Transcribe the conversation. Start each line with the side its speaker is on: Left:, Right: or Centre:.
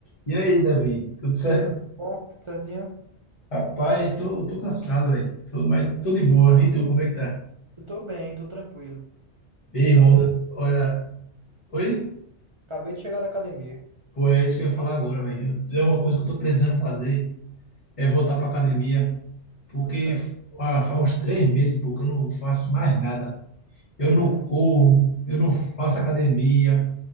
Left: E aí, Davi, tudo certo?
Right: E aí, bom? Tudo certinho?
Left: Rapaz, tô, tô cansado, velho. Tô, mas tô de boa. E tu, como é que tá?
Right: Eu tô bem, tô tranquilo.
Left: Ei,
Right: Acabei
Left: irmão,
Right: de
Left: olha.
Right: academia.
Left: Oi?
Right: Acabei de chegar da academia.
Left: Pô, é isso que eu ia falar agora, velho. É uma coisa que eu tô precisando fazer, é voltar
Right: Uhum,
Left: pra academia. Porque
Right: tô ligado.
Left: ah, faz uns três meses, pô, que eu não faço mais nada. Eu não
Right: Uhum,
Left: corro, eu não faço academia,